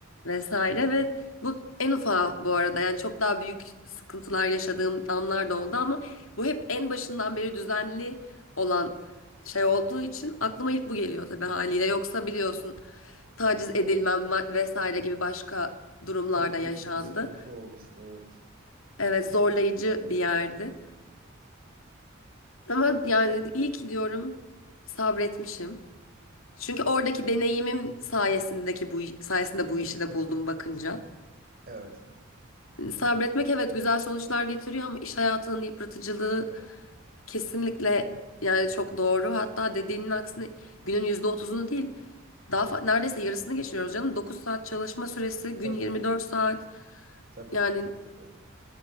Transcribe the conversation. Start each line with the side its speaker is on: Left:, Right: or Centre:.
Left: vesaire ve bu en ufağı bu arada yani çok daha büyük sıkıntılar yaşadığım anlar da oldu ama bu hep en başından beri düzenli olan şey
Right: Haha.
Left: olduğu için aklıma ilk bu geliyor tabii haliyle yoksa biliyorsun taciz edilmem va- vesaire gibi başka durumlarda
Right: Tabii bir
Left: yaşandı.
Right: sürü sıkıntı olmuştu. Evet.
Left: Evet zorlayıcı bir yerdi. Ama yani iyi ki diyorum sabretmişim. Çünkü oradaki deneyimim sayesindeki bu sayesinde bu işi de buldum bakınca.
Right: Evet.
Left: Hani Sabretmek evet güzel sonuçlar getiriyor ama iş hayatının yıpratıcılığı kesinlikle yani çok doğru. Hatta dediğinin aksine günün yüzde otuzunu değil daha fa- neredeyse yarısını geçiriyoruz canım. dokuz saat çalışma süresi, gün
Right: Tabii.
Left: yirmi dört saat.
Right: Tabii.
Left: Yani
Right: Tabii tabii.